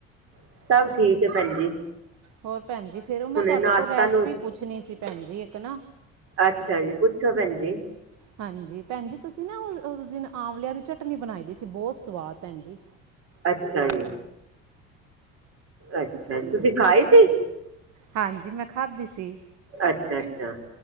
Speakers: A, on the right; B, on the right.
A: ਸਭ ਠੀਕ ਏ ਭੈਂਜੀ।
B: ਹੋਰ ਭੈਂਜੀ ਫੇਰ, ਓ ਮੈਂ ਤੁਹਾਡੇ
A: ਨਾਸ਼ਤਾ
B: ਕੋਲ ਰੈਸਪੀ
A: ਨੂੰ
B: ਪੁੱਛਣੀ ਸੀ ਭੈਂਜੀ ਇੱਕ ਨਾ।
A: ਅੱਛਾ ਜੀ, ਪੁੱਛੋ ਭੈਂਜੀ।
B: ਹਾਂਜੀ ਭੈਂਜੀ ਤੁਸੀਂ ਨਾ ਉਸ-ਉਸ ਦਿਨ ਆਂਵਲਿਆਂ ਦੀ ਚਟਨੀ ਬਣਾਈ ਦੀ ਸੀ, ਬਹੁਤ ਸਵਾਦ ਭੈਂਜੀ।
A: ਅੱਛਾ ਜੀ, ਅੱਛਾ ਜੀ। ਤੁਸੀਂ ਖਾਈ ਸੀ?
B: ਹਾਂਜੀ ਮੈਂ ਖਾਧੀ ਸੀ,
A: ਅੱਛਾ ਅੱਛਾ